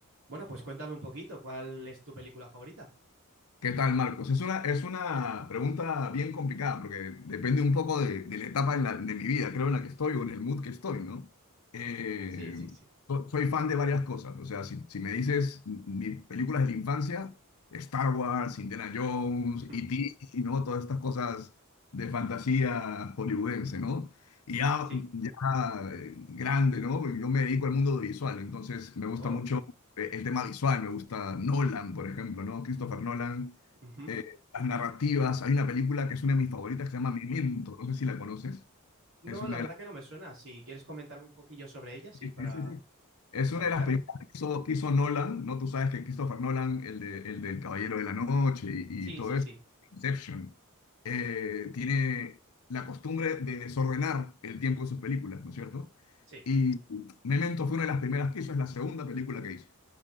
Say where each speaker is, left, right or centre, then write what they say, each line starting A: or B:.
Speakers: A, on the right (about 60°); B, on the left (about 80°).
A: Bueno, pues cuéntame un poquito, ¿cuál es tu película favorita?
B: ¿Qué tal, Marcos? Es una, es una pregunta bien complicada porque depende un poco de, de la etapa en la- de mi vida, creo, en la que estoy o en el mood que estoy, ¿no? Eh,
A: Sí, sí, sí.
B: so- soy fan de varias cosas, o sea, si, si me dices mis películas de la infancia, Star Wars, Indiana Jones,
A: <laughs>
B: E.T., y ¿no? Todas estas cosas de fantasía hollywoodense, ¿no? Y ya,
A: Sí.
B: ya eh, grande, ¿no? Porque Yo me dedico al mundo audiovisual, entonces me gusta
A: Oh.
B: mucho eh, el tema visual, me gusta Nolan, por ejemplo, ¿no? Christopher Nolan,
A: Ujú.
B: eh, las narrativas. Hay una película que es una de mis favoritas que se llama Memento, no sé si la conoces.
A: No,
B: Es una
A: la verdad
B: de las,
A: que no me suena. Si quieres comentarme un poquillo sobre ella, sí,
B: sí,
A: para,
B: sí, sí. sí, Es
A: para
B: una
A: ubicarme.
B: de las películas que hizo, que hizo Nolan, ¿no? Tú sabes que Christopher Nolan, el, de, el del Caballero de la Noche y,
A: Sí,
B: y todo
A: sí,
B: eso,
A: sí.
B: Inception, eh, tiene la costumbre de desordenar el tiempo de sus películas, ¿no es cierto?
A: Sí.
B: Y Memento fue una de las primeras que hizo, es la segunda película que hizo.